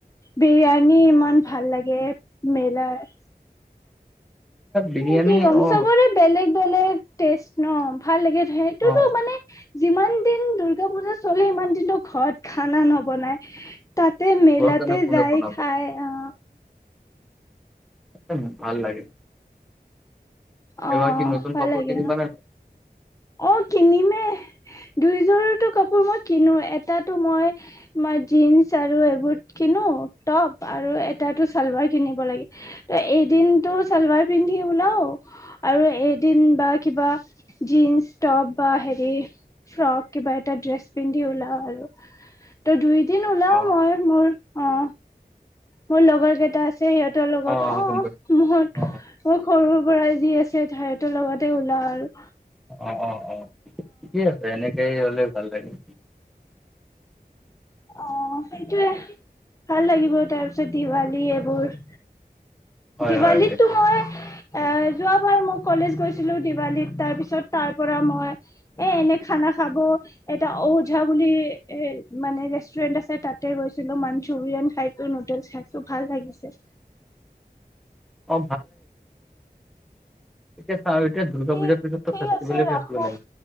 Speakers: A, on the left; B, in the centre.
A: বিৰিয়ানী ইমান ভাল লাগে মেলাৰ।
B: বিৰিয়ানী
A: এই কি ক'ম
B: অ
A: চবৰে বেলেগ বেলেগ। টেষ্ট ন ভাল লাগে। সেইটোতো
B: অ
A: মানে যিমান দিন দুৰ্গা পূজা চলে সিমান দিনো ঘৰত খানা নবনাই। তাতে মেলাতে
B: ঘৰ কাৰণে কোনে
A: যায়
B: বনাব
A: খাই আহ।
B: একদম ভাল লাগে।
A: অ'
B: এবাৰ কি নতুন
A: ভাল
B: কাপোৰ
A: লাগে,
B: কিনিবা নে নাই
A: অ' কিনিমেই। দুইযোৰতো কাপোৰ মই কিনো, এটাতো মই মই জীন্চ আৰু এইবোৰ কিনো টপ আৰু এটা চালভাৰ কিনিব লাগে ত এদিনটো চালভাৰ পিন্ধি ওলাও। আৰু এদিন বা কিবা জন্চ টপ বা হেৰি ফ্ৰক কিবা এটা ড্ৰেছ পিন্ধি ওলাও আৰু ত দুই এদিন ওলাও
B: অ
A: মই, মোৰ অ'। মোৰ লগৰ কেইটা আছে সিহঁতৰ লগত,
B: অ
A: অ'
B: গম পাইছোঁ
A: ম মোৰ
B: অ
A: সৰুৰ পৰাই যি আছে ঠাইতৰ লগতে ওলাও আৰু।
B: অ' অ' অ' কি আছে এনেকেই হলে ভাল লাগে।
A: অ' সেইটোয়ে, ভাল লাগিব তাৰপিছত দিৱালী এইবোৰ
B: হয়
A: দিৱালীটো
B: হয় এইটো
A: মই এ যোৱাবাৰ মই কলেজ গৈছিলো দিৱালীত, তাৰ পিছত তাৰ পৰা মই এ এনে খানা খাব এটা ঔঝা বুলি এ মানে আছে তাতে গৈছিলো মাঞ্চুৰিয়ান খাইছো নুডলছ খাইছো ভাল লাগিছে।
B: অ ঠিক আছে। আৰু এতিয়া দুৰ্গা
A: ঠিক
B: পূজাৰ পিছত
A: ঠিক
B: ফেষ্টভেল
A: আছে
B: য়ে
A: ৰাখো।
B: ফেষ্টভেল লাগে।